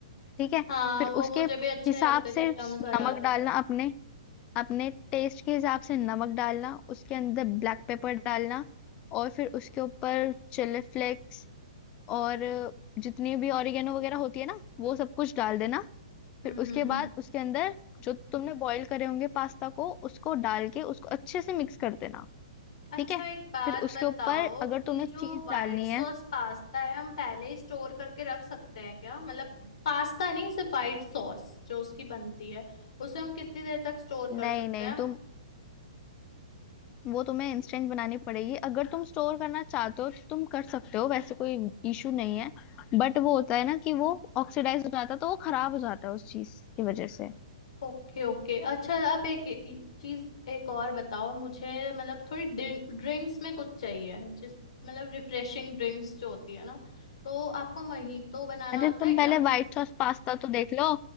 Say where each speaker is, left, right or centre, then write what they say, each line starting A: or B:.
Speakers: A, on the left; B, on the left.
A: ठीक है
B: हाँ
A: फिर
B: वो
A: उसके
B: मुझे भी अच्छे
A: हिसाब
B: नहीं लगते जब
A: से नमक
B: लम्स आ जाते हैं
A: डालना अपने अपने टेस्ट के हिसाब से नमक डालना उसके अंदर ब्लैक पेपर डालना और फिर उसके ऊपर चिली फ्लेक्स और जितनी भी ऑरिगेनो वगैरह होती है ना वो सब कुछ डाल देना फिर
B: हम्म
A: उसके
B: हम्म हम्म।
A: बाद उसके अंदर जो तुमने बॉईल करे होंगे पास्ता को उसको डाल के उसको अच्छे से मिक्स कर देना
B: अच्छा
A: ठीक है
B: एक बात
A: फिर उसके
B: बताओ
A: ऊपर
B: कि
A: अगर तुम्हें
B: जो
A: चीज
B: व्हाइट
A: डालनी
B: सॉस
A: है
B: पास्ता है हम पहले ही स्टोर करके रख सकते हैं क्या मतलब पास्ता नहीं सिर्फ व्हाइट सॉस जो उसकी बनती है उसे हम कितनी देर तक स्टोर कर
A: नहीं
B: सकते
A: नहीं
B: हैं
A: तुम वो तुम्हें इंस्टेंट बनानी पड़ेगी अगर तुम स्टोर करना चाहते हो तो तुम कर सकते हो वैसे कोई इशू नहीं है बट वो होता है ना कि वो ऑक्सीडाइज हो जाता है तो वो खराब हो जाता है उस चीज की वजह से
B: Okay okay अच्छा आप एक चीज एक और बताओ मुझे मतलब थोड़ी ड्रिंक्स में कुछ चाहिए जिस मतलब रिफ्रेशिंग ड्रिंक्स जो होती है ना तो आपको महीतो बनाना
A: अरे
B: आता
A: तुम
B: है क्या
A: पहले व्हाइट सॉस पास्ता तो देख लो